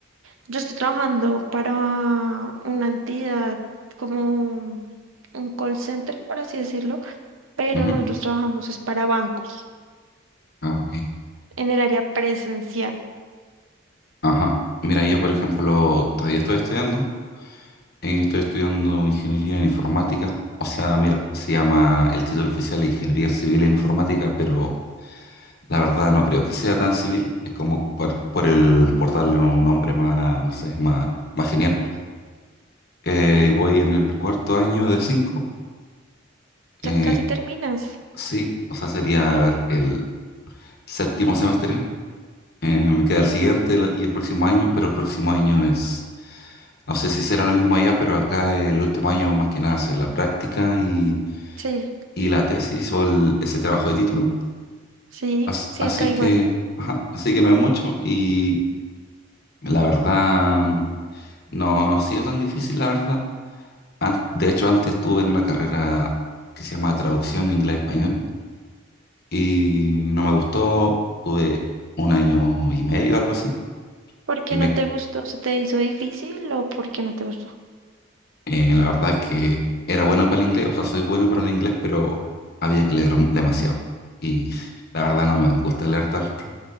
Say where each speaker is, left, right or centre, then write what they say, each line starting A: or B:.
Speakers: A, on the right (about 70°); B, on the left (about 50°).
A: yo estoy trabajando para una entidad como un call center, por así decirlo, pero
B: Ujú.
A: nosotros trabajamos es para bancos
B: Ah, ok.
A: en el área presencial.
B: Ajá. Mira, yo, por ejemplo, todavía estoy estudiando. eh, estoy estudiando ingeniería en informática. O sea, mira, se llama el título oficial Ingeniería Civil en Informática, pero La verdad no creo que sea tan civil, es como por, por el, por darle un nombre más, no sé, más, más genial. Eh, y voy en el cuarto año de cinco. eh,
A: Ya casi terminas.
B: sí, o sea, sería, a ver, el séptimo semestre. eh, me queda el siguiente lo- y el próximo año, pero el próximo año es, no sé si será lo mismo allá, pero acá el último año más que nada es la práctica y,
A: Sí,
B: y la tesis o el- ese trabajo de título.
A: sí,
B: As-
A: sí,
B: así
A: acá
B: que,
A: igual.
B: ajá, así que no es mucho y la verdad... No, no ha sido tan difícil, la verdad. An- de hecho, antes estuve en una carrera que se llama traducción de inglés-español y no me gustó. Tuve un año y medio, algo así.
A: ¿Por qué
B: Y me,
A: no te gustó? ¿Se te hizo difícil o por qué no te gustó?
B: eh, la verdad es que era bueno para el inglés, o sea, soy bueno para el inglés, pero había que leer demasiado. Y <laughs> la verdad no me gusta leer tanto.